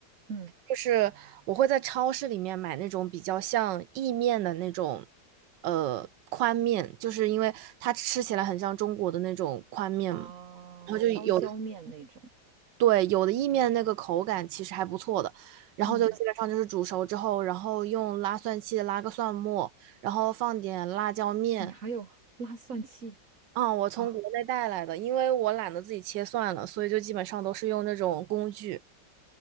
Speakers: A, on the right; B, on the right.
A: 嗯，
B: 就是我会在超市里面买那种比较像意面的那种，呃，宽面，就是因为它吃起来很像中国的那种宽面嘛，
A: 哦，
B: 然后就有。
A: 刀削面那种。
B: 对，有的意面那个口感其实还不错的，然后就基本上就是煮熟之后，
A: 嗯，
B: 然后用拉蒜器拉个蒜末，然后放点辣椒面。
A: 你还有拉蒜器，
B: 嗯，我从国内带来的，
A: 好，
B: 因为我懒得自己切蒜了，所以就基本上都是用那种工具，